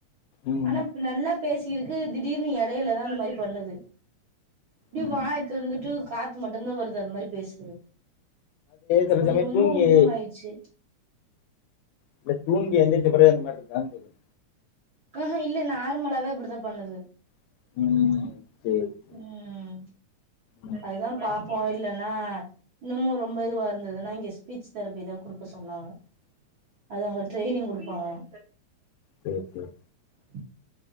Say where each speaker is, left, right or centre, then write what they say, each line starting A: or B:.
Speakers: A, on the left (about 90°); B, on the right (about 70°).
A: ம்
B: அனா இப் நல்லாத் பேசிகிருக்கு திடீர்னு எடையில தா அந்த மாரி பண்ணுது ப்டு
A: ம்
B: வாய தொறந்துட்டு காத்து மட்டுந்தா வருது அது மாரி பேசுது
A: சில
B: அது
A: சமயோ
B: ரொம்ப
A: தூங்கி
B: உண்ணமாயிர்ச்சு
A: இல்ல தூங்கி எந்திரிச்ச பிறகு அந்த மார்ருக்கான் கேக்ற
B: கஹ இல்ல நார்மலாவே அப்புடிதா பண்ணுது
A: ம் சேரி சேரி
B: ம்
A: ம்
B: அதுதா பாப்போ இல்லன்னா இன்னுமு ரொம்ப இதுவா இருந்துதுனா இங்க ஸ்பீச் தெரப்பி தா குடுக்க சொன்னாங்க அது அங்க ட்ரெய்னிங் குடு பாங்களா
A: சேரி சேரி
B: <unintelligible>